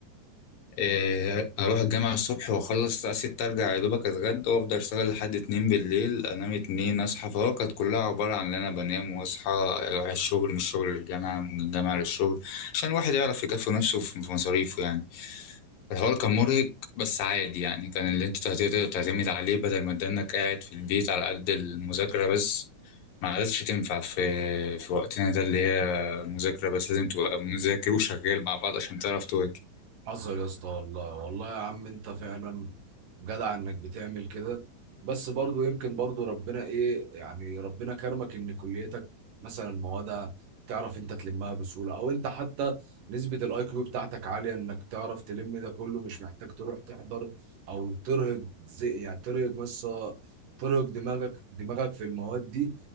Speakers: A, on the left; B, on the right.
A: إيه، اروح الجامعة الصبح واخلص الساعة ستة ارجع يا دوبك اتغدى وافضل اشتغل لحد اتنين بالليل انام اتنين اصحى فهو كانت كلها عبارة عن ان انا بنام واصحى اروح الشغل من الشغل للجامعة من الجامعة للشغل عشان الواحد يعرف يكفي نفسه في في مصاريفه يعني الحوار كان مرهق بس عادي يعني كان اللي انت تقدر تعتمد عليه بدل ما تدنك قاعد في البيت على قد المذاكرة بس ما عادتش تنفع في في وقتنا ده اللي هي المذاكرة بس لازم تبقى مذاكر وشغال مع بعض عشان تعرف تواكب
B: حصل يا اسطى والله والله يا عم انت فعلا جدع انك بتعمل كده بس برضو يمكن برضو ربنا ايه يعني ربنا كرمك ان كليتك مثلا موادها تعرف انت تلمها بسهولة او انت حتى نسبة الاي كيو بتاعتك عالية انك تعرف تلم ده كله مش محتاج تروح تحضر او ترهق زي يعني ترهق بس ترهق دماغك دماغك في المواد دي